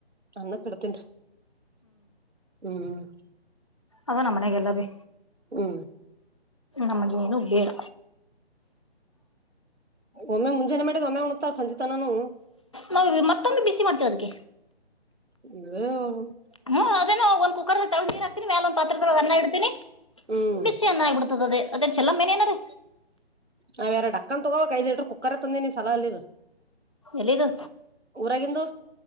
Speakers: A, on the right; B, on the left.
A: ಅನ್ನ ಕಡತೇನ್ರಿ ಹ್ಮ್
B: ಅದ ನಮ್ಮ ಮನೆಗೆಲ್ಲ ಭೀ
A: ಹ್ಮ್
B: ನಮಗೇಏನು ಬೇಡ
A: ಒಮ್ಮೆ ಮುಂಜಾನೆ ಮಾಡಿದ ಒಮ್ಮೆ ಉಣುತ್ತಾ ಸಂಜಿತಾನಾನು
B: ನಾವವು ಮತ್ತೊಮ್ಮೆ ಬಿಸಿ ಮಾಡ್ತೇವ ಅದಕ್ಕೆ
A: ೇ
B: ಹ್ಮ್ ಅದೇ ಒಂದು ಕುಕ್ಕರ್ ತೊಳಿ ಏ ಹಾಕ್ತೀನ ಮೇಾಲ ಒಂದ ಪಾತ್ರೊಳಗ್ ಅನ್ನ ಇಡ್ೀನಿ
A: ಹ್ಮ್
B: ಬಿಸಿ ಅನ್ನ ಆಗಬಿಡ್ತದ ಅದ ಅದೇ ಚಲಲ್ಲ ಮೇನೇಏನಾರೀ
A: ನಾವ್ಯಾರ ಡಕ್ಕನ್ ತಗೋ ೈದು ಲೀಟರ್ ಕುಕ್ಕರ್ತ್ತ ನಿ ಸಲ ಅಲ್ಲಿದ್ದ
B: ಎಲ್ಲಿದು
A: ಊರಾಗಿಂದು